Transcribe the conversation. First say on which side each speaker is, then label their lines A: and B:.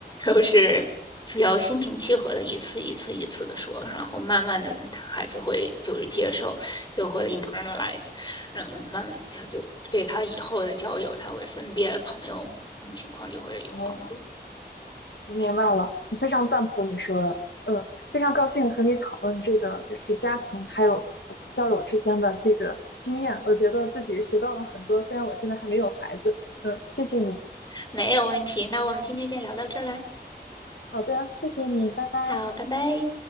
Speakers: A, on the left; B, on the left.
A: 都是只要心平气和的一次一次一次的说，然后慢慢的他孩子会就是接受，就会 internalize，嗯，慢他就对他以后的交友，他会分别的朋友嗯情况就会有帮助。
B: 哦，我明白了，我非常赞同你说的，嗯，非常高兴和你讨论这个，就是家庭还有呃交友之间的这个经验，我觉得自己学到了很多，虽然我现在还没有孩子，嗯，谢谢你。
A: 没有问题，那我们今天先聊到这儿来，
B: 好的，谢谢你，拜拜。
A: 好，拜拜。